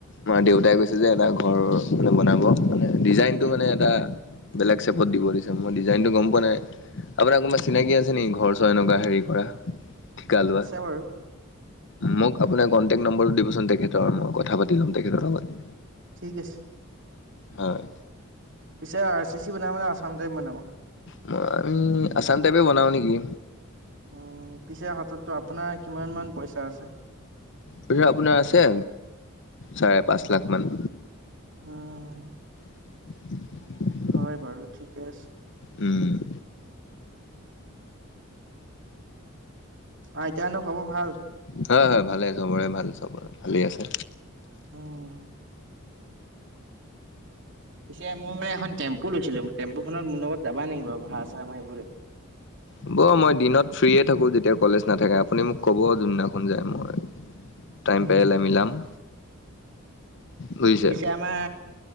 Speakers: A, on the left (about 60°); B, on the right (about 60°).
A: আমাৰ দেউতাই
B: উম
A: কৈছে যে এটা ঘৰ মানে বনাব মানে ডিজাইনটো
B: উম
A: মানে এটা বেলেগ চেপত দিব দিছে মই ডিজাইনটো গম পোৱা নাই। আপোনাৰ কোনোবা চিনাকি আছে নেকি ঘৰ চৰ এনেকুৱা হেৰি কৰা ঠিকা লোৱা?
B: আছে বাৰু
A: মোক আপোনাৰ কণ্টেক্ট নম্বৰটো দিবচোন তেখেতৰ মই কথা পাতি ল'ম তেখেতৰ লগত।
B: ঠিক আছে।
A: হয়।
B: পিছে আৰ চি চি বনাব নে আছাম টাইপ বনাব?
A: মই আমি আছাম টাইপে বনাওঁ নেকি
B: উম, পিছে হাতততো আপোনাৰ কিমান মান পইচা আছে?
A: পইছা আপোনাৰ আছে চাৰে পাঁচ লাখ মান।
B: উম,
A: <inaudible>
B: হয়, বাৰু ঠিকে আছে।
A: উম,
B: আইতা হঁতৰ খবৰ ভাল?
A: হয়, হয়, ভালে সবৰে ভাল চবৰে ভালেই আছে।
B: উম, পিছে মই মানে এখন টেম্পু লৈছিলোঁ, টেম্পুখনত মোৰ লগত যাবা নেকি বাৰু ভাঢ়া চাঢ়া মাৰিবলৈ?
A: হব, মই দিনত ফ্ৰীয়ে থাকো যেতিয়া কলেজ নাথাকে আপুনি মোক ক'ব যোনদিনাখন যায় মই টাইম
B: উম,
A: পাৰিলে মিলাম। বুজিছে
B: পিছে আমাৰ